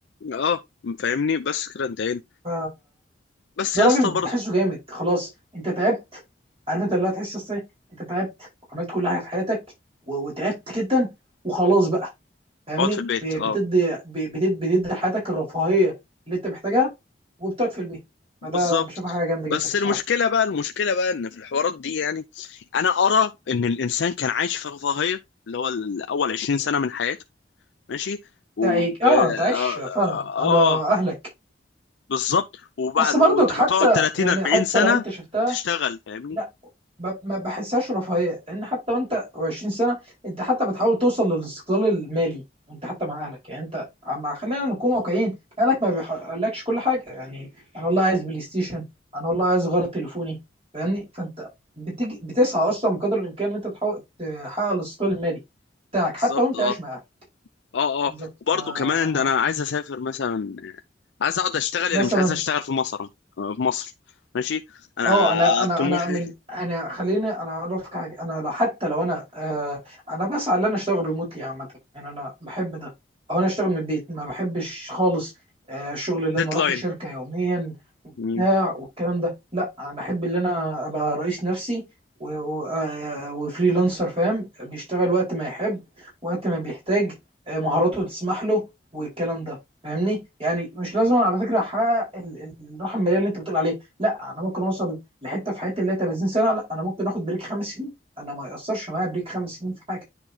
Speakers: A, on the left; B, on the right.
A: اه فاهمني بس كده انتهينا
B: ف-
A: بس
B: ده
A: يا
B: راجل
A: اسطى
B: بحسه
A: برضو
B: جامد خلاص انت تعبت عارف انت اللي هتحس ازاي انت تعبت وعملت كل حاجه في حياتك و- وتعبت جدا وخلاص بقى فاهمني
A: اقعد في البيت
B: ب-
A: اه
B: بتدي ب- بتد- بتدي حياتك الرفاهيه اللي انت محتاجها وبتقعد في البيت فده
A: بالظبط
B: انا بشوفها حاجه جامده
A: بس
B: جدا الصراحه
A: المشكلة بقى المشكلة بقى ان في الحوارات دي يعني انا ارى ان الانسان كان عايش في رفاهية اللي هو الاول 20 سنة من حياته ماشي
B: انت
A: و
B: عايش- اه
A: اه,
B: انت عايش فعلا
A: آه
B: على
A: آه،
B: اهلك
A: بالظبط وبعد
B: بس برضك
A: وتقعد
B: حتى
A: 30
B: يعني
A: 40
B: حتى
A: سنة
B: لو انت شفتها
A: تشتغل فاهمني
B: لا ب- ما بحسهاش رفاهيه لان حتى وانت 20 سنه انت حتى بتحاول توصل للاستقلال المالي انت حتى مع اهلك يعني انت عم خلينا نكون واقعيين اهلك ما بيحققلكش كل حاجه يعني انا والله عايز بلاي ستيشن انا والله عايز غير تليفوني فاهمني فانت بتيجي بتسعى اصلا بقدر الامكان ان انت تحاول تحقق الاستقلال المالي بتاعك
A: بالظبط
B: حتى وانت
A: اه
B: عايش مع اهلك
A: اه
B: بالظبط
A: اه وبرضه
B: فا
A: كمان ده
B: اه
A: انا عايز اسافر مثلا عايز اقعد اشتغل
B: مثلا
A: يعني مش عايز اشتغل في مصر آه، في مصر ماشي انا
B: اه انا انا
A: طموحي
B: انا من انا خليني انا اعرفك حاجه انا لو حتى لو انا آه انا بسعى ان انا اشتغل ريموتلي عامه يعني انا بحب ده او انا اشتغل من البيت ما بحبش خالص آه الشغل اللي
A: ديدلاين
B: انا اروح لشركه يوميا
A: مم.
B: بتاع والكلام ده لا انا احب ان انا ابقى رئيس نفسي و- و- آه، وفريلانسر فاهم بيشتغل وقت ما يحب وقت ما بيحتاج آه، مهاراته تسمح له والكلام ده فاهمني يعني مش لازم على فكره احقق ال- ال- الراحه الماليه اللي انت بتقول عليها لا انا ممكن اوصل لحته في حياتي اللي هي 30 سنه لا انا ممكن اخد بريك خمس سنين انا ما ياثرش معايا بريك خمس سنين في حاجه